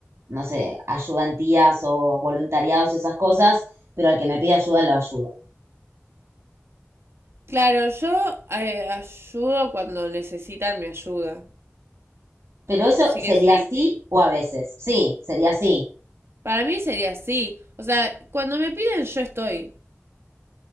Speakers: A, on the right (about 75°); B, on the right (about 60°).
A: no sé, ayudantías o voluntariados, y esas cosas, pero al que me pide ayuda lo ayudo.
B: Claro, yo eh, ayudo cuando necesitan mi ayuda.
A: Pero eso
B: sí
A: sería
B: que sí.
A: sí o a veces. Sí, sería sí.
B: Para mí sería así. O sea, cuando me piden, yo estoy.